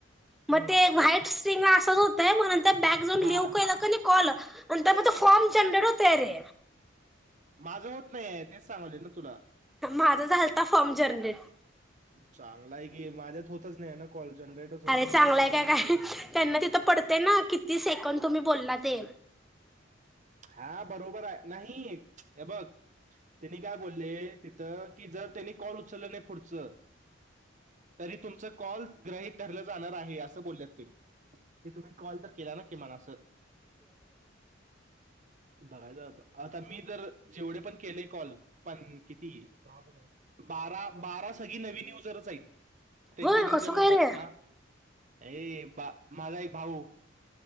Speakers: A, in the centre; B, on the right.
A: मग
B: हम्म.
A: ते व्हाईट असंच होतंय बॅग जाऊन लिहऊ
B: हा
A: का का कॉल आणि त्या म फॉर्म जनरेट होतय आरे
B: माझं होत नाहीय तेच सांगालोय ना तुला.
A: माझा झालता फॉर्म जरनेट.
B: चांगला आहे की माझ्यात होतच नाही ना कॉल जनरेटच होत
A: अरे चांगलाय
B: नाही ते फॉर्म
A: का काय त्यांना तिथं पडतेंय ना किती सेकंड तुम्ही बोललात. ते
B: हा बरोबर आहे नाही हे बघ त्यांनी काय बोलले तिथं की जर त्यांनी कॉल उचललं नाही पुढचं तरी तुमचं कॉल ग्रहित धरलं जाणार आहे असं बोल्यात ते. ते तुम्ही कॉल तर केला ना की मला असं
A: <inaudible>
B: बघायचं आता आता मी जर जेवढे पण केले कॉल पन किती बारा बारा सगळी नवीन युजरच आहेत. तेंच्या
A: होय
B: तेंच्या
A: कसं
B: मोबाईल
A: काय रे?
B: आं ए बा माझा एक भाऊ,